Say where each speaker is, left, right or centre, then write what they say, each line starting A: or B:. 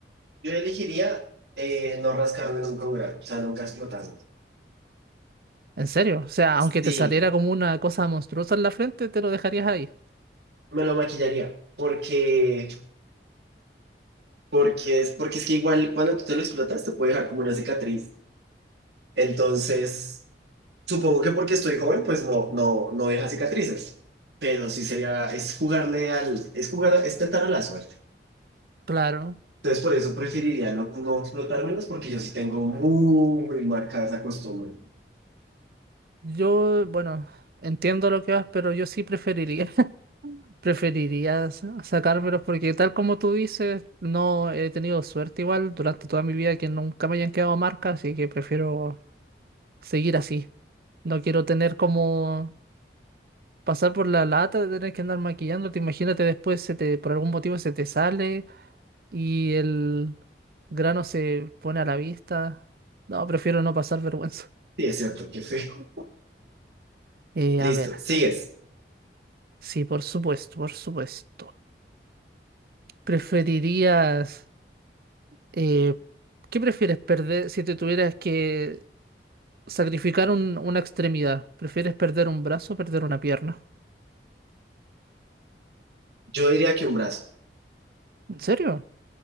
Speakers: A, on the right (about 75°); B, on the right (about 55°).
A: Yo elegiría eh, no rascarme nunca un grano, o sea, nunca explotarme.
B: ¿En serio? O sea, aunque
A: Sí,
B: te saliera como una cosa monstruosa en la frente, te lo dejarías ahí.
A: me lo maquillaría. Porque, porque es, porque es que igual cuando tú te lo explotas te puede dejar como una cicatriz. Entonces, Supongo que porque estoy joven, pues no, no, no deja cicatrices. pero sí sería, es jugarle al, es jugar, a- es tentar a la suerte.
B: Claro.
A: Entonces, por eso preferiría no, no explotármelos porque yo sí tengo muy marcada esa costumbre.
B: Yo, bueno, entiendo lo que vas, pero yo sí preferiría. <laughs> Preferiría sa- sacármelos porque tal como tú dices, no he tenido suerte igual durante toda mi vida que nunca me hayan quedado marcas, así que prefiero seguir así. No quiero tener como pasar por la lata de tener que andar maquillándote. Imagínate después se te, por algún motivo se te sale y el grano se pone a la vista. No, prefiero no pasar vergüenza.
A: Sí, es cierto, qué feo.
B: Eh,
A: Listo,
B: a ver,
A: sigues.
B: sí, por supuesto, por supuesto. ¿Preferirías, eh, qué prefieres perder si te tuvieras que sacrificar un- una extremidad? ¿Prefieres perder un brazo o perder una pierna?
A: Yo diría que un brazo.
B: ¿En serio?